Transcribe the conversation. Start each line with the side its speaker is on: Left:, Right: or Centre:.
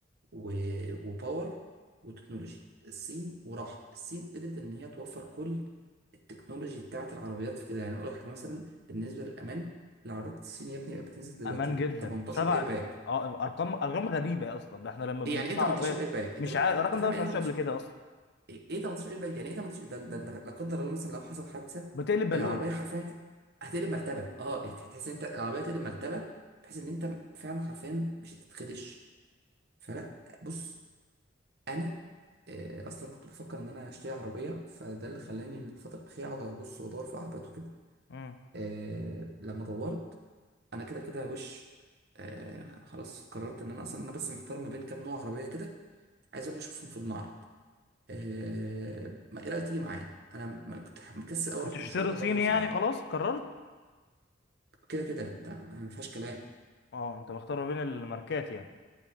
Right: و- وباور وتكنولوجي الصين وراحه الصين قدرت ان هي توفر كل التكنولوجي بتاعت العربيات في كده يعني أنا اقول لك حاجه مثلا بالنسبه للامان العربيات الصينيه يا ابني بقت بتنزل دلوقتي
Left: امان جدا
Right: 18
Left: سبع
Right: ايرباك
Left: اه ارقام ارقام غريبه اصلا ده احنا لما بنجيب
Right: يعني ايه 18
Left: عربيه
Right: ايرباك انت
Left: مش
Right: بت...
Left: عارف الرقم
Right: انت فاهم
Left: ده ما
Right: يعني
Left: سمعتوش
Right: ايه
Left: قبل كده اصلا
Right: ايه إيه 18 ايرباك يعني ايه 18 ده ده ده لا قدر الله مثلا لو حصل حادثه
Left: بتقلب بالونه
Right: العربيه حرفيا هت- هتقلب مرتبه اه هت- هتحس ان انت العربيه هتقلب مرتبه بحيث ان انت فعلا حرفيا مش هتتخدش فلا بص انا آه، اصلا كنت بفكر ان انا اشتري عربيه فده اللي خلاني الفتره الاخيره اقعد ابص وادور في عربيات وكده
Left: امم
Right: آه، لما دورت انا كده كده وش آه، خلاص قررت ان انا اصلا انا بس محتار ما بين كام نوع عربيه كده عايز اروح اشوفهم في المعرض آه، ما ايه رايك تيجي معايا انا ما كنت مكسل أوي
Left: هتشتري
Right: اروح المشوار ده
Left: صيني
Right: لوحدي بصراحه
Left: يعني خلاص قررت
Right: كده كده انت ما فيهاش كلام
Left: اه انت مختار ما بين الماركات يعني